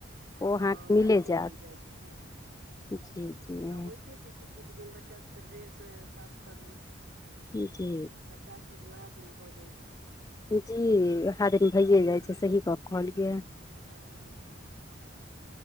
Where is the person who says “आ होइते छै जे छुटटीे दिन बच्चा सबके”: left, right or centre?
Right